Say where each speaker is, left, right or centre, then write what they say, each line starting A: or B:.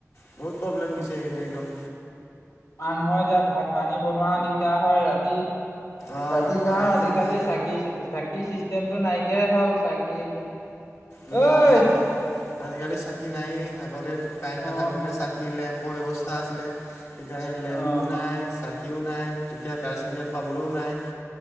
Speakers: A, on the left (about 55°); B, on the left (about 85°).
A: বহুত প্ৰব্লেম দিছে এইকেইদিন একদম।
B: নহয়, এতিয়া ভাত পানী বনোৱা দিগদাৰ হয় ৰাতি।
A: অঁ
B: ৰাতিৰ কাৰনে
A: কাৰেণ্ট
B: আজি
A: চাৰেণ্ট
B: কালি
A: নাই
B: চাকি, চ-চাকি চাকি চিষ্টেমটো নাইকিয়াই হ'ল, চাকি এতিয়া।
A: উম,
B: ঐ
A: চাকি আজি কালি চাকি নায়েই। আগতে কাৰেণ্ট
B: অ
A: নাথাকিলে চাকি, লেম্প বৰ ব্যৱস্থা আছিলে, এতিয়া সেই লেম্বু
B: অ
A: নাই, চা কিও নাই, এতিয়া কেৰাচিন তেল পাবলৈও নাই।